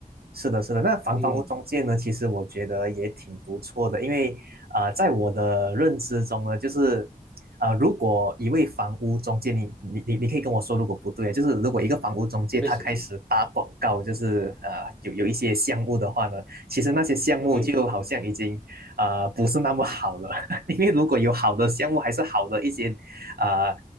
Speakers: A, on the right; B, in the centre.
A: 是的，是的。那房房屋中介呢，
B: 嗯，
A: 其实我觉得也挺不错的，因为啊、呃在我的认知中呢，就是啊、呃如果一位房屋中介，你你你你可以跟我说，如果不对啊就是如果一个房屋中介他开始打广告，
B: 为什么？
A: 就是呃有有一些项目的话呢，其实那些项目就好像已经啊、
B: 嗯
A: 呃不是那么好了，<laughs> 因为如果有好的项目，还是好的一些啊